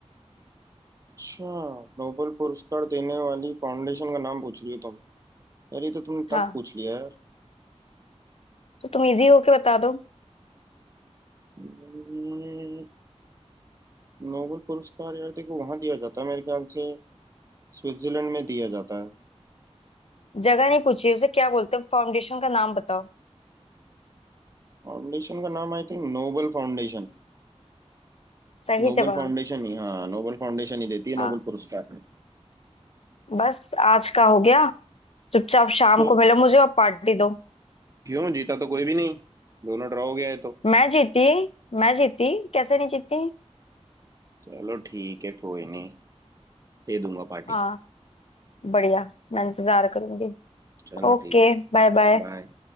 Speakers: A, on the right (about 30°); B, on the left (about 60°).
A: अच्छा नोबेल पुरस्कार देने वाली फाउंडेशन का नाम पूछ रही हो यार ये तो तुमने
B: हाँ
A: टफ पूछ लिया यार
B: तो तुम इजी होके बता दो
A: हम्म, नोबेल पुरस्कार यार देखो वहां दिया जाता है मेरे ख्याल से स्विट्जरलैंड में दिया जाता है
B: जगह नहीं पूछी उसे क्या बोलते हैं फाउंडेशन का नाम बताओ
A: फाउंडेशन का नाम I think Nobel foundation
B: सही
A: Nobel
B: जवाब
A: foundation ही हाँ नोबेल फाउंडेशन ही देती है नोबेल
B: हाँ
A: पुरस्कार
B: बस आज का हो गया चुपचाप शाम
A: को
B: को मिलो मुझे और पार्टी दो
A: क्यों जीता तो कोई भी नहीं दोनों ड्रॉ हो गया है तो
B: मैं जीती मैं जीती कैसे नहीं जीती
A: चलो ठीक है कोई नहीं दे दूंगा पार्टी
B: हाँ बढ़िया मैं इंतजार करूंगी
A: चलो
B: Okay
A: ठीक है
B: bye bye
A: बाय